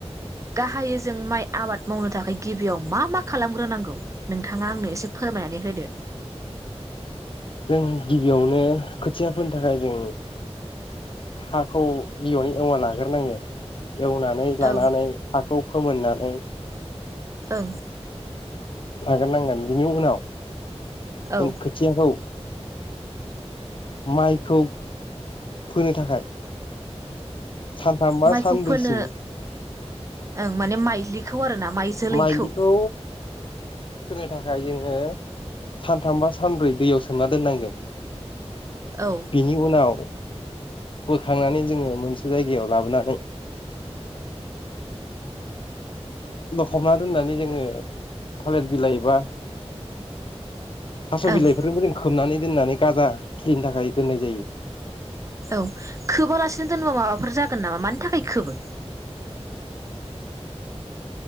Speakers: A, on the right; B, on the left.
A: गाहायै जों माइ आबाद मावनो थाखाय गिबियाव मा मा खालामग्रोनांगौ? नोंथाङा आंनो एसे फोरमायनानै होदो।
B: जों गिबियावनो खोथिया फोनो थाखाय जों हाखौ गिबियावनो एवना लाग्रोनांगोन। एवनानै लानानै
A: ओं
B: हाखौ फोमोननानै औ।
A: ओं।
B: लाग्रो नांगोन बिनि उनाव
A: ओ
B: जों खोथियाखौ माइखौ फोनो थाखाय सानथामबा
A: माइखौ
B: सानब्रैसिम
A: फोनो ओं माने माइलिखौ आरो ना। माइ जोलैखौ
B: माइलिखौ फोनो थाखाय जोङो सानथाम बा सानब्रै दैयाव सोमना दोननांगोन।
A: औ
B: बेनि उनाव बोखांनानै जोङो मोनसे जायगायाव लाबोनानै लखबना दोननानै जोङो थालिर बिलाइबा हास'
A: ओं
B: बिलाइफोरफोरखौबो जों खोबनानै दोननानै गाजा खिलिनि थाखाय दोननाय जायो।
A: औ खोबालासिनो दोनबा माबाफोर जागोन नामा मानि थाखाय खोबो?